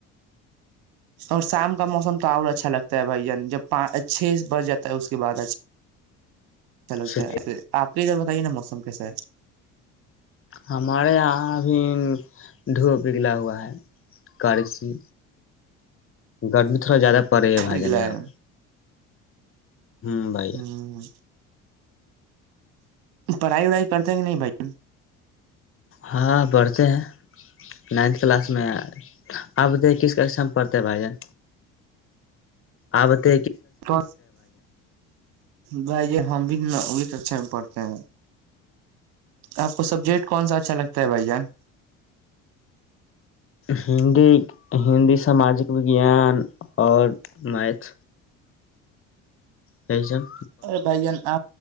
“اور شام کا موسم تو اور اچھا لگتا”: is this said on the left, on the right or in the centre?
Right